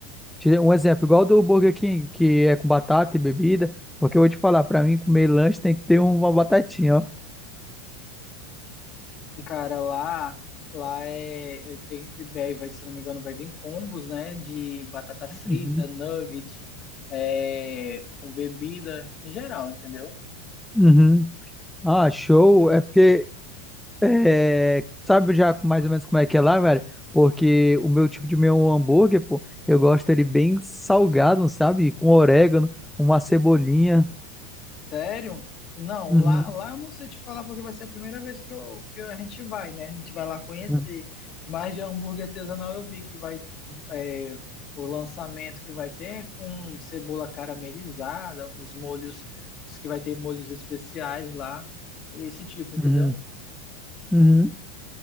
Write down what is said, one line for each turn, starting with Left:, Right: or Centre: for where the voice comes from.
Centre: ti- um exemplo, igual do Burger King, que é com batata e bebida, porque eu vou te falar, pra mim comer lanche tem que ter uma batatinha, ó.
Left: Cara, lá, lá é, eu tenho vai, vai- se não me engano, vai vir combos, né, de batata frita,
Centre: Uhum.
Left: nugget, é, com bebida, em geral, entendeu?
Centre: Uhum. Ah, show. É porque É, sabe já mais ou menos como é que é lá, velho? Porque o meu tipo de meu hambúrguer, pô, eu gosto ele bem salgado, sabe? Com orégano, uma cebolinha.
Left: Sério? Não,
Centre: Uhum,
Left: lá, lá eu não sei te falar porque vai ser a primeira vez que, eu, que a gente vai, né? A gente vai lá conhecer.
Centre: uhum,
Left: Mas de hambúrguer artesanal eu vi que vai é, o lançamento que vai ter é com cebola caramelizada, os molhos, diz que vai ter molhos especiais lá, esse tipo, entendeu?
Centre: uhum, uhum.